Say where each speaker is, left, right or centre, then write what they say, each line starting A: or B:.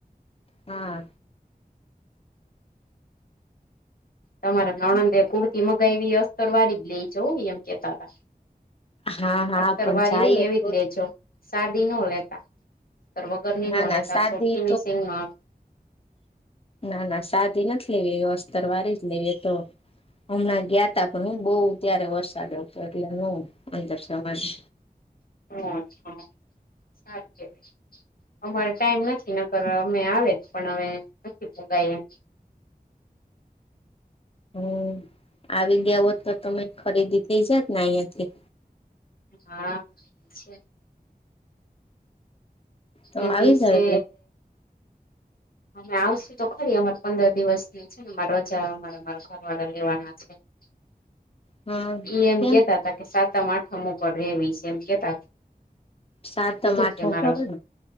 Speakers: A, on the left; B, on the left.
A: હા.
B: તમારે નણંદે કુર્તી મંગાયવી અસ્તર વાળી જ લેઈ જઉં ઈ એમ કેતા તા.
A: હા હા
B: અસ્ટર
A: પણ
B: વારી
A: જઈએ
B: હોય ને એવી
A: તો
B: લે જઉં. સાદી નો લેતા, <inaudible> વગર ની
A: ના
B: નો
A: ના
B: લેતા
A: સાદી
B: તો ફિનિશિંગમાં
A: ના ના સાદી નથ લેવી એ અસ્તર વારી જ લેય એ તો. હમણાં ગ્યા તા પણ બહુ ત્યારે વરસાદ હતો એટલે ન <inaudible> સવારે
B: <inaudible> અમારે ટાઈમ નથી નકર અમે આવે જ પણ અવે નથી પોગાય એમ.
A: હમ, આવી ગ્યા હોત તો તમે ખરીદી થઇ જાત ને અહિયાંથી.
B: હા, છે.
A: તો
B: તે
A: આવી
B: દિવસે
A: જાવ એટલે
B: અમે આવશું તો ખરી અમારે પંદર દિવસની છે ને <inaudible> રજા અમારે અમારા ઘર વાળા લેવાના છે. <inaudible>
A: હા
B: ઈએમ
A: કેમ
B: કહેતા હતા કે સાતમ આઠમ ઉપર <unintelligible> સે એમ કેતા તા.
A: સાતમ
B: મે કીધું
A: આઠમ
B: કે મારો
A: પડે ને